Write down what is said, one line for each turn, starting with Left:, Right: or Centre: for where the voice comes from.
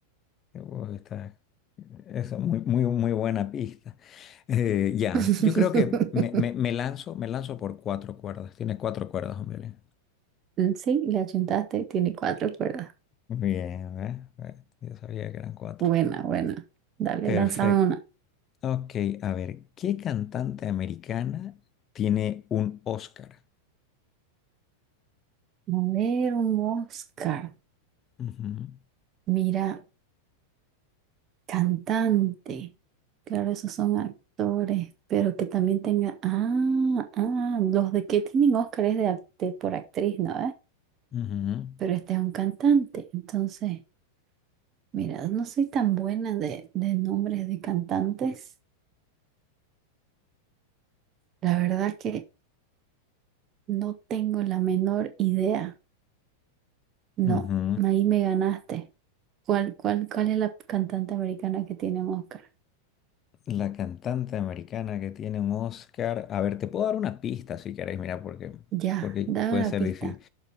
Left: Uy, está- Eso, muy, muy, muy buena pista. Eh, ya,
Right: <laughs>
Left: Yo creo que me, me- me lanzo, me lanzo por cuatro cuerdas. Tiene cuatro cuerdas, hombre.
Right: Mm, Sí, le achuntaste, tiene cuatro cuerdas.
Left: Bien, ¿eh? Eh, Yo sabía que eran cuatro.
Right: Buena, buena. Dale,
Left: Perfecto.
Right: lánzame una. A
Left: Ok, a ver, ¿qué cantante americana tiene un Oscar?
Right: ver, un Oscar.
Left: Ujú,
Right: Mira, cantante. Claro, esos son actores, pero que también tenga. Ah, ah, los de que tienen Oscar es de, act- de por actriz, ¿no?
Left: ujú,
Right: pero este es un cantante. Entonces, mira, no soy tan buena de, de nombres de cantantes. La verdad que no tengo la menor idea. No,
Left: ujú.
Right: ahí me ganaste. ¿Cuál, cuál, cuál es la cantante americana que tiene un Oscar?
Left: La cantante americana que tiene un Oscar. A ver, te puedo dar una pista si querés, mira, porque,
Right: Ya,
Left: porque puede
Right: dame una
Left: ser
Right: pista.
Left: difícil.